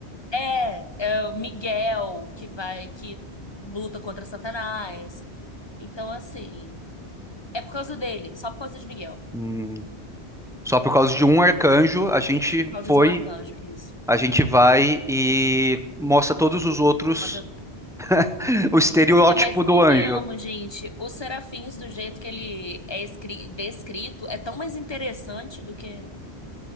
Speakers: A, on the left; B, in the centre.
A: É, é o Miguel que vai, que luta contra Satanás. Então, assim. É por causa dele, só por causa de Miguel.
B: Hum. Só por causa de um arcanjo, a gente
A: Por causa
B: foi
A: de um arcanjo, isso.
B: A gente vai e mostra todos os outros,
A: Mas, eu-
B: <laughs> o estereótipo
A: é, mas convenhamos,
B: do anjo,
A: gente, os serafins, do jeito que ele é escri- descrito, é tão mais interessante do que.